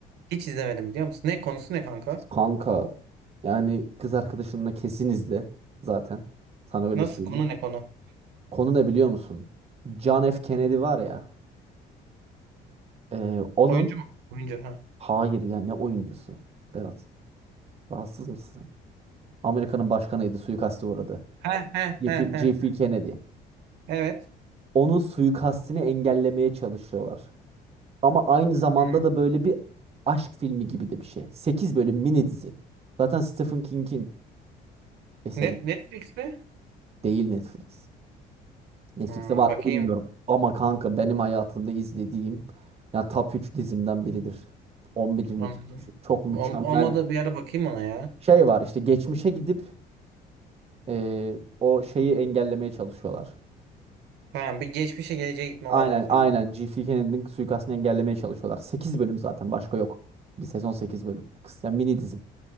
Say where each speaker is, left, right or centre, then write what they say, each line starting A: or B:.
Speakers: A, on the right; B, on the right.
A: Hiç izlemedim biliyor musun? Ne konusu ne kanka?
B: Kanka yani kız arkadaşınla kesin izle zaten. Sana öyle
A: Nasıl
B: söyleyeyim.
A: konu ne konu?
B: Konu ne biliyor musun? John F. Kennedy var ya. e, onun
A: Oyuncu mu? Oyuncu ha.
B: hayır yani ne oyuncusu Berat. Rahatsız mısın? Amerika'nın başkanıydı. Suikaste uğradı.
A: He he
B: JF
A: he he.
B: JF
A: he.
B: Kennedy.
A: Evet.
B: Onun suikastini engellemeye çalışıyorlar. Ama aynı zamanda
A: Hmm.
B: da böyle bir aşk filmi gibi de bir şey. 8 bölüm mini dizi. Zaten Stephen King'in eseri
A: Net Netflix mi?
B: değil Netflix. Netflix'te
A: Hmm,
B: var
A: bakayım.
B: mı bilmiyorum. Ama kanka benim hayatımda izlediğim ya top 3 dizimden biridir. 11
A: Anladım.
B: iki. Çok mükemmel.
A: Olm- olmadı bir ara bakayım ona ya.
B: Şey var işte geçmişe gidip eee, o şeyi engellemeye çalışıyorlar.
A: Tamam bir geçmişe geleceğe gitme
B: Aynen
A: olayları falan.
B: aynen. G.F. Kennedy'nin suikastını engellemeye çalışıyorlar. 8 bölüm zaten başka yok. Bir sezon 8 bölüm. Kısa mini dizi.